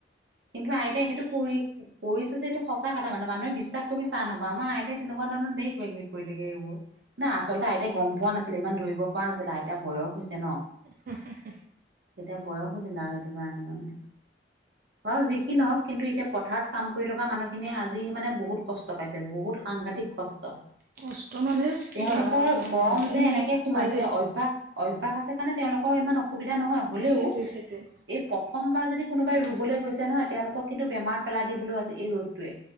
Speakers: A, on the right (about 80°); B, on the right (about 50°).
A: কিন্তু আইতাই সেইটো কৰি কৰিছে যে এইটো সঁচা কথা মানে মানুহে বিশ্বাস কৰিবলে টান নাপাওঁ, আমাৰ আইতাই তেনেকুৱা ধৰণৰে ধেৰ কিবা কিবি কৰি থাকে। মানে আচলতে আইতাই গম পোৱা নাছিলে ইমান ধৰিব পৰা নাছিলে আইতাৰ বয়স হৈছে ন।
B: <inaudible>
A: তেতিয়া বয়স হৈছিল আৰু এইটো কাৰণে মানে। বাৰু যি কি নহওক কিন্তু এতিয়া পথাৰত কাম কৰি থকা মানুহখিনিয়ে আজি মানে বহুত কষ্ট পাইছে বহুত সাংঘাতিক কষ্ট।
B: কষ্ট মানে
A: তেওঁলোকৰ
B: বা আজি
A: গৰম যে এনেকে
B: সঁচাই
A: সোমাইছে
B: দেই
A: অভ্যাস অভ্যাস আছে কাৰণে তেওঁলোকৰ ইমান অসুবিধা নহয় হ'লেও,
B: সেইটোৱে সেইটোৱে
A: এই প্ৰথমবাৰ যদি কোনোবাই ৰু বলৈ গৈছে নহয় তেওঁলোকক কিন্তু বেমাৰত পেলাই দিবলৈও আছে এই ৰ'দটোৱে,